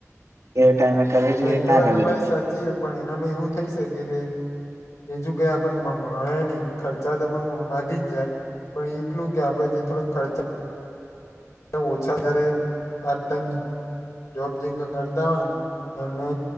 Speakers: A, on the right; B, on the left.
A: એ ટાઈમે કરવી
B: હા
A: જોઈએ
B: એ
A: કે
B: તો
A: ના
B: વાત
A: કરવી
B: તમારી
A: જોઈએ
B: સાચી છે પણ એનામાં એવું થઈ શકે કે બીજું કઈ આપણ મળે નહી ખર્ચા તો પણ વધી જ જાય પણ એટલું કે આપડે જે થોડોક ખર્ચ ઓછા ત્યારે આમ જોબ જે કરતા હોય ને એમને